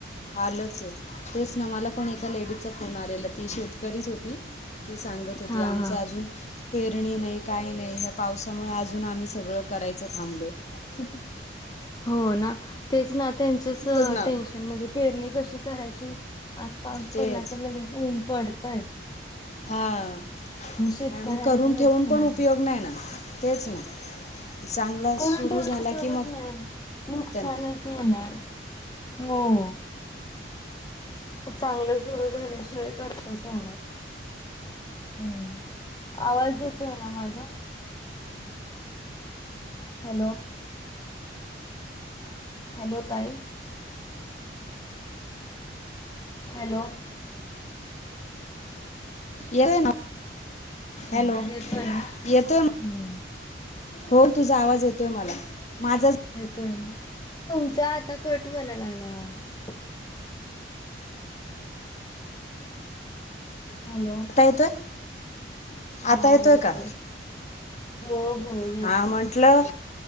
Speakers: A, on the left; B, on the left.
A: हालच हे तेच ना मला पण एका लेडीचा फोन आलेला ती शेतकरीच होती ती सांगत होती
B: हा
A: आमच
B: हा
A: आजून पेरणी नाही काही नाही या पावसामुळे आजून आम्ही सगळं करायचं थांबलोय. <inaudible>
B: हो ना. तेच ना त्यांचेच
A: बघ ना
B: टेन्शन म्हणजे पेरणी कशी करायची आज पाऊस
A: तेच
B: पडला तर लगेच ऊन पडतय
A: हा.
B: शेतकऱ्यांचे
A: आणि मग करून ठेवून
B: नुकसान.
A: पण उपयोग नाही ना तेच ना. चांगला सुरू
B: करंट येऊन
A: झाला
B: उपयोगच
A: की मग
B: नाही नुकसानच
A: त्यां
B: होणार. हो. चांगलं सुरू झाल्याशिवाय करताच येणार हम्म आवाज येतोय ना माझा? हॅलो. हॅलो ताई. हॅलो.
A: येतोय ना.
B: हा
A: हॅलो.
B: येतोय ना हम्म.
A: येतोय हो तुझा आवाज येतोय मला माझाच
B: तुमचा आता कट व्हायला लागलाय आवाज. हॅलो
A: आता येतोय?
B: हा
A: आता
B: येतोय
A: का
B: हो. हो येतोय
A: हा म्हंटलं